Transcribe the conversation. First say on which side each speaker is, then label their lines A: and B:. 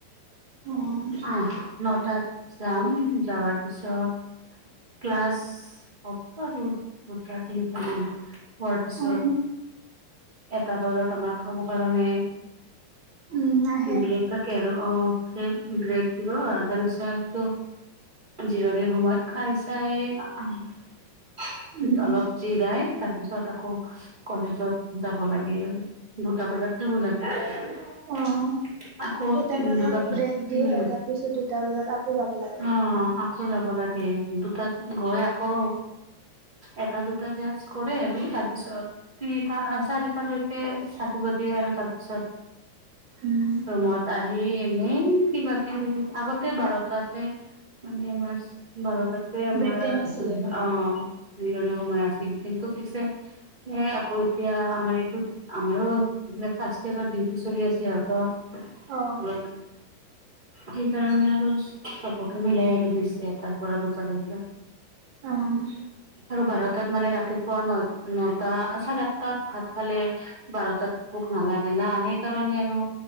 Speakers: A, on the right; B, on the right.
A: অ'
B: আহ, নটাত যাম। যাৰ পিছত ক্লাছ অব আৰু। পৰীক্ষা তিনিটামান খোৱাৰ পিছত
A: অ'
B: এটা বজাত আমাৰ খাব কাৰণে,
A: উম, আহে
B: ব্ৰেক থাকে আৰু। অ, ব্ৰেক দিব। তাৰপিছতটো জিৰণিৰ সময়ত খাই -চাই আহোঁ
A: উম,
B: অলপ জিৰাই, তাৰপিছত আকৌ কলেজত যাব লাগে। দুটা বজাত যাব লাগে। <inaudible>
A: অ'
B: আকৌ
A: এটা
B: তি
A: বজাত
B: দুটা প
A: ব্ৰেক দিয়ে
B: উম,
A: তাৰ পিছত দুটা বজাত আকৌ যাব লাগে।
B: অ, আকৌ যাব লাগে। এ দুটাত গৈ, আকৌ এটা দুটা ক্লাছ কৰে আৰু। তাৰপিছত তিনিটা চাৰিটালৈকে থাকিব দিয়ে। আৰু তাৰপিছত।
A: উম,
B: ৰুমত আহি, এই এনেই কিবা কিবি আগতে বাৰটাতে। মানে আমাৰ্চ বাৰটা, আমাৰ
A: ব্ৰেক টাইম আছিলে।
B: অ, তিনিটালৈ সময় আছিল। কিন্তু পিছে, আকৌ এতিয়া আমাৰ এইটো আমাৰো। এইিলাক ফাৰ্ষ্ট ইয়াৰৰ ডিউটি চলি আছে। সিহঁতৰ,
A: অ।
B: অলপ সেইকাৰণে আৰু। চবকে মিলাই আৰু। দিছে তাৰ পৰা দুটালৈকে।
A: অ',
B: আৰু বাৰটাত মানে ৰাতিপুৱা নহ। নটা, চাৰে আঠটাত ভাত খালে, বাৰটাত ভোক নালাগে না। সেইকাৰণে আৰু